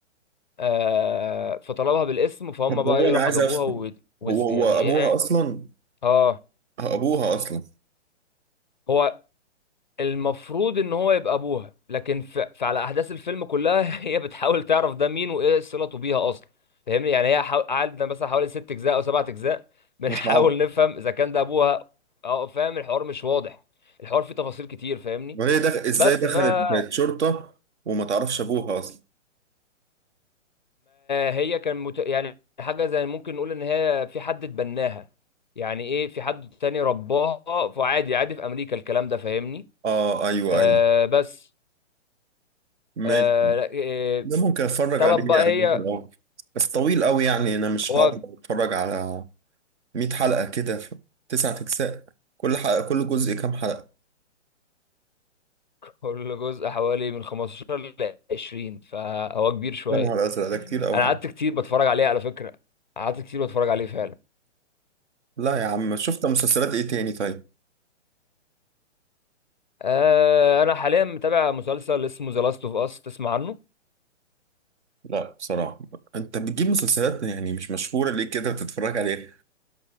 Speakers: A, on the left; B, on the right.
A: آه فطلبها بالاسم فهم
B: طب
A: بقى
B: هو انا
A: يروحوا
B: عايز
A: جابوها
B: افهم
A: و... وز...
B: هو هو
A: يعني إيه...
B: ابوها
A: إيه،
B: اصلا
A: اه
B: ابوها اصلا
A: هو المفروض ان هو يبقى ابوها لكن ف... فعلى احداث الفيلم كلها <laughs> هي بتحاول تعرف ده مين وايه صلته بيها اصلا فاهمني يعني هي حاول... قعدنا مثلا حوالي ست اجزاء او سبعة اجزاء بنحاول
B: تعرف
A: <laughs> نفهم اذا كان ده ابوها اه فاهم الحوار مش واضح الحوار فيه تفاصيل كتير فاهمني
B: وهي دخ... ازاي
A: بس
B: دخلت
A: فما
B: بقت شرطة وما تعرفش ابوها اصلا
A: هي كان مت... يعني حاجة زي ممكن نقول ان هي في حد اتبناها يعني ايه في حد تاني رباها فعادي عادي في امريكا الكلام ده فاهمني
B: اه ايوه
A: آه
B: ايوه
A: بس
B: ماشي
A: آه... لا، آه...
B: ده ممكن اتفرج
A: طلب
B: عليه
A: بقى
B: يعني
A: هي
B: ممكن اه بس طويل قوي يعني انا مش
A: هو
B: هقعد اتفرج على 100 حلقة كده في تسعة اجزاء كل حلقة كل جزء كام حلقة
A: كل جزء حوالي من 15 ل 20 فهو كبير شويه
B: يا نهار ازرق ده كتير قوي
A: انا
B: يعني
A: قعدت كتير بتفرج عليه على فكره قعدت كتير بتفرج عليه فعلا
B: لا يا عم شفت مسلسلات ايه تاني طيب
A: آه انا حاليا متابع مسلسل اسمه ذا لاست اوف اس تسمع عنه
B: لا بصراحة انت بتجيب مسلسلات يعني مش مشهورة ليه كده بتتفرج عليها